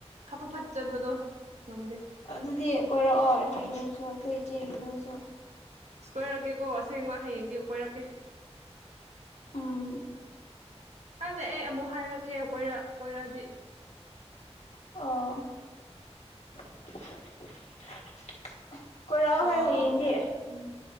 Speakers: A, on the right (about 85°); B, on the left (about 85°).
A: ꯐꯠꯐꯠ ꯐꯠ ꯆꯠꯄꯗꯣ ꯉꯝꯗꯦ
B: ꯑꯗꯨꯗꯤ ꯀꯣꯏꯔꯛꯑꯣ ꯑꯩꯒꯤ ꯌꯨꯝꯁꯨ ꯑꯩꯈꯣꯏ ꯏꯆꯦꯒꯤ ꯌꯨꯝꯁꯨ
A: ꯑꯁ ꯀꯣꯏꯔꯛꯀꯦꯀꯣ ꯑꯁꯦꯡꯕ ꯍꯌꯦꯡꯗꯤ ꯀꯣꯏꯔꯛꯀꯦ
B: ꯎꯝ
A: ꯈꯪꯗ‌ꯦ ꯑꯩ ꯑꯃꯨꯛ ꯍꯥꯏꯔꯛꯀꯦ ꯀꯣꯏꯔꯛ ꯀꯣꯏꯔꯛꯑꯗꯤ
B: ꯑꯣ ꯀꯣꯏꯔꯛꯑꯣꯍꯦ
A: ꯑꯥ
B: ꯍꯌꯦꯡꯗꯤ
A: ꯑꯥ ꯎꯝ